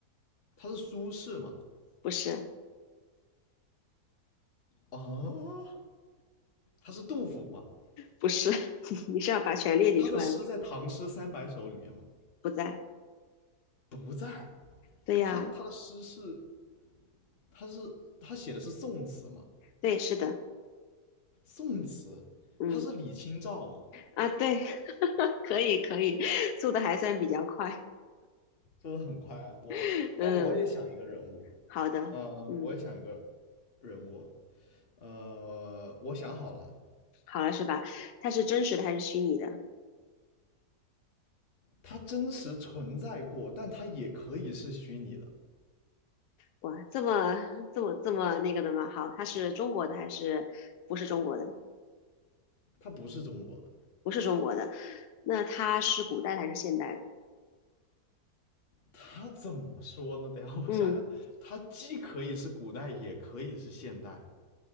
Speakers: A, on the left; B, on the left.
A: 他是苏轼吗？
B: 不是，
A: 哦，他是杜甫吗？
B: 不是，<laughs> 你是要把全列举出来吗？
A: 他的诗在《唐诗三百首》里面吗？
B: 不在。
A: 不在。
B: 对呀，
A: 那他他的诗是他是他写的是宋词吗？
B: 对，是的，
A: 宋词，
B: 嗯
A: 他是李清照吗？
B: 啊，对，<laughs> 可以可以，速度还算比较快，
A: 说的很快，我那我也想一个人物，
B: <laughs> 嗯。好的，
A: 呃，
B: 嗯，
A: 我也想一个人物，呃，我想好了，
B: 好了是吧？它是真实的还是虚拟的？
A: 他真实存在过，但他也可以是虚拟的，
B: 哇，这么这么这么那个的吗？好，它是中国的还是不是中国的？
A: 他不是中国的。
B: 不是中国的，那它是古代的还是现代的？
A: 他怎么说呢？<laughs> 等一下我想想，
B: 嗯，
A: 他既可以是古代，也可以是现代。